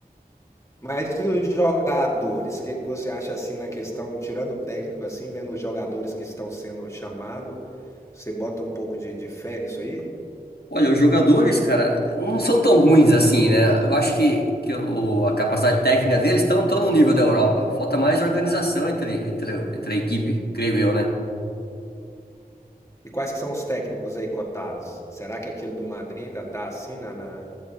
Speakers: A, on the left; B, on the left.
A: Mas e os jogadores? O que que você acha assim na questão, tirando o técnico assim, vendo os jogadores que estão sendo chamados, você bota um pouco de, de fé nisso aí?
B: Olha, os jogadores, cara, não são tão ruins assim, né? Eu acho que, que o- a capacidade técnica deles estão tão tão no nível da Europa. Falta mais organização entre, entre, entre a equipe, creio eu, né?
A: E quais que são os técnicos aí cotados? Será que aquele do Madrid ainda tá assim na, na-